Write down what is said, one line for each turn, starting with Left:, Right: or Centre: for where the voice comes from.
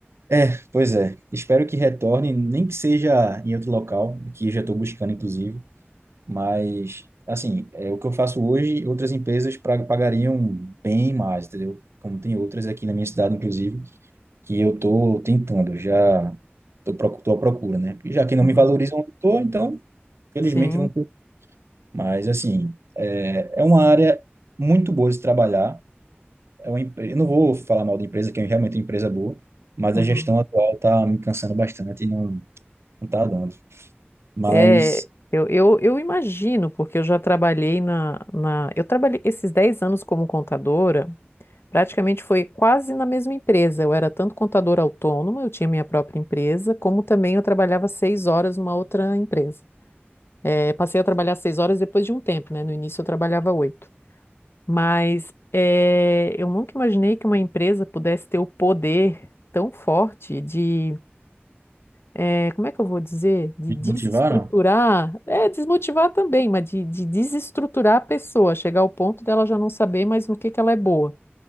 Right: é, pois é. Espero que retorne, nem que seja em outro local, que eu já estou buscando, inclusive Mas, assim, é o que eu faço hoje, outras empresas pra- pagariam bem mais, entendeu? Como tem outras aqui na minha cidade, inclusive, que eu tô tentando, já tô, proc- tô à procura, né? E já que não
Left: Uhum.
Right: me valorizam onde eu tô, então, felizmente,
Left: Sim.
Right: vão... por- Mas, assim, é, é uma área muito boa de se trabalhar. É uma, empre- eu não vou falar mal da empresa, que é realmente uma empresa boa, mas
Left: Uhum.
Right: a gestão atual tá me cansando bastante e não, não tá dando. Mas,
Left: É, eu, eu, eu imagino, porque eu já trabalhei na, na... Eu trabalhei esses 10 anos como contadora, Praticamente foi quase na mesma empresa. Eu era tanto contadora autônoma, eu tinha minha própria empresa, como também eu trabalhava seis horas numa outra empresa. Eh, passei a trabalhar seis horas depois de um tempo, né? No início eu trabalhava oito. Mas eh, eu nunca imaginei que uma empresa pudesse ter o poder tão forte de, eh, como é que eu vou dizer? De
Right: me
Left: desestruturar,
Right: motivaram?
Left: é, desmotivar também, mas de, de desestruturar a pessoa, chegar ao ponto dela já não saber mais no que que ela é boa.